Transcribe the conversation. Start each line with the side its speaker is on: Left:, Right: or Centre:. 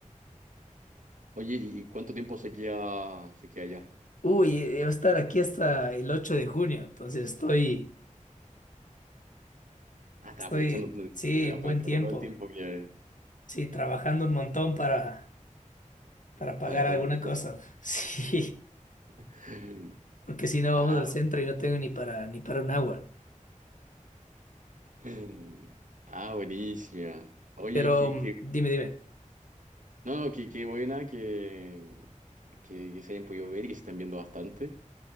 Right: Oye, ¿y y cuánto tiempo se queda, se queda allá?
Left: Uy, eh, va a estar aquí hasta el ocho de junio, entonces estoy,
Right: Ah, está
Left: estoy,
Right: aprovechando,
Left: sí,
Right: eh,
Left: buen
Right: aprovechando
Left: tiempo,
Right: todo el tiempo que
Left: sí, trabajando un montón para, para pagar
Right: para poder
Left: alguna
Right: invitar.
Left: cosa, <laughs> sí,
Right: <laughs>
Left: porque si no vamos
Right: Ah,
Left: al centro y no tengo ni para, ni para un agua.
Right: mm. ah, buenísima. Oye,
Left: Pero
Right: qué,
Left: mm,
Right: qué-
Left: dime, dime,
Right: no, qué, qué buena que, que, que se hayan podido ver y que se estén viendo bastante.